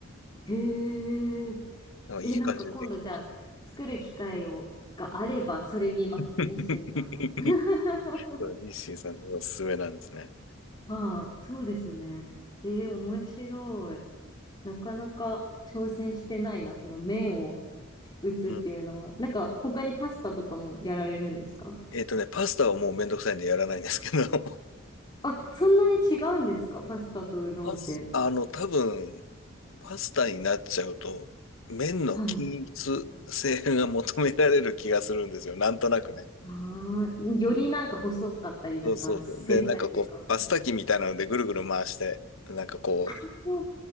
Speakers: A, on the left (about 20°); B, on the left (about 80°).
A: へえ。
B: なんかいい感じでできました。
A: え、なんか今度じゃあ、作る機会を、があれば、それ見ます。
B: <laughs>
A: 日清さんの。<laughs>
B: そう日清さんのおすすめなんですね。
A: ああ、そうですね。ええ、面白い。なかなか挑戦してないな、その麺を打つっていうのは。
B: うん。
A: なんか、他にパスタとかもやられるんですか
B: えっとね、パスタはもうめんどくさいんでやらないんですけど、<laughs>
A: あ、そんなに違うんですかパスタとうどんって。
B: パス、<laughs> あの、多分、パスタになっちゃうと、麺の均一性が求められる気がするんですよ。
A: はい。
B: なんとなくね。
A: ああ、よりなんか細かったりとか、
B: そうそうそう。
A: 繊細というか。
B: で、なんかこう、パスタ機みたいなのでぐるぐる回して、なんかこ
A: うん